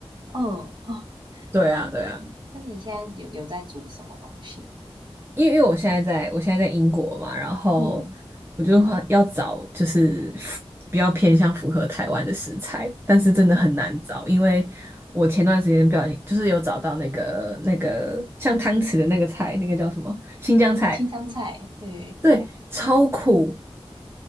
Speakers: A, on the right; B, on the right.
A: 嗯啊，
B: 对啊，
A: 那
B: 对啊，
A: 那你现在有有在煮什么东西？
B: 因为因为我现在在我现在在英国嘛，然后我就话要找就是符比较偏向符合台湾的食材，
A: 嗯
B: 但是真的很难找，
A: 嗯，
B: 因为我前段时间不小心就是有找到那个那个像汤匙的那个菜，那个叫什么新疆菜，
A: 新香菜，对，
B: 对，超苦，